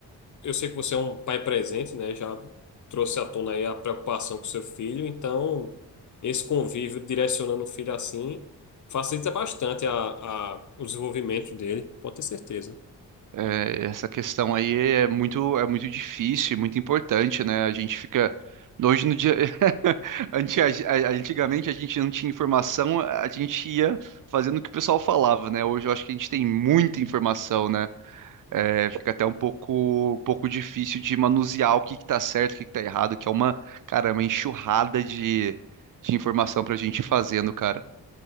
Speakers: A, on the left; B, on the right.
A: eu sei que você é um pai presente, né? Já trouxe à tona aí a preocupação com seu filho, então esse convívio direcionando o filho assim facilita bastante a, a- o desenvolvimento dele, pode ter certeza.
B: É, essa questão aí é muito, é muito difícil, e muito importante, né? A gente fica. Hoje no dia. <laughs> Ante- a- Antigamente a gente não tinha informação, a gente ia fazendo o que o pessoal falava, né? Hoje eu acho que a gente tem muita informação, né? É, fica até um pouco, um pouco difícil de manusear o que que tá certo, o que que tá errado, que é uma, cara, uma enxurrada de, de informação pra gente ir fazendo, cara.